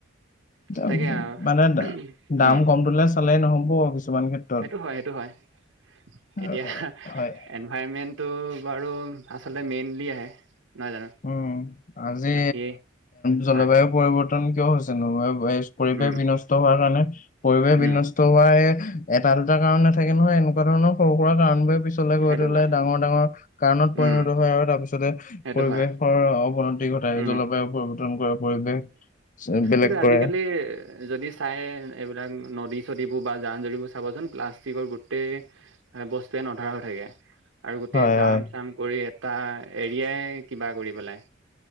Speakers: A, on the left; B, on the right.
A: <unintelligible>
B: তাকে আৰু
A: মানে দাম
B: উম
A: কমটোলে চালেই নহ'ব। হ কিছুমান ক্ষেত্ৰত
B: সেইটো হয় সেইটো এতিয়া
A: আহ, হয়।
B: এনভাইৰমেণ্টটো বাৰু। আচলতে মেইনলি আহে। নহয় জানো
A: উম, আজি
B: বাকী
A: জলবায়ু
B: হয়,
A: পৰিৱৰ্তন কিয় হৈছে নল'ব। পৰিৱেশ
B: উম,
A: বিনষ্ট হোৱাৰ কাৰণে পৰিৱেশ
B: উম,
A: বিনষ্ট হোৱায়ে এটা দুটা কাৰণ নাথাকে নহয় এনেকুৱা ধৰণৰ সৰু সুৰা কাৰণ বো পিছলে গৈ
B: সেইটো
A: থ'লে
B: হয়,
A: ডাঙৰ ডাঙৰ কাৰণত পৰিণত
B: উম,
A: হয় আৰু তাৰ পিছতে পৰিৱেশৰ
B: সেইটো হয়,
A: অৱনতি ঘটায়
B: উম,
A: জলবায়ু পৰিৱৰ্তন কৰা পৰিৱেশ চ- বেলেগ
B: এইটো
A: কৰে
B: আজিকালি যদি চাই এইবিলাক নদী চদীবোৰ বা জান জৰিবোৰ চাবচোন প্লাষ্টিকৰ গোটেই বস্তুৱে নধৰা হৈ থাকে। আৰু গোটেই
A: হয়
B: জাম
A: হয়
B: চাম কৰি এটা এৰিয়াই কিবা কৰি পেলাই।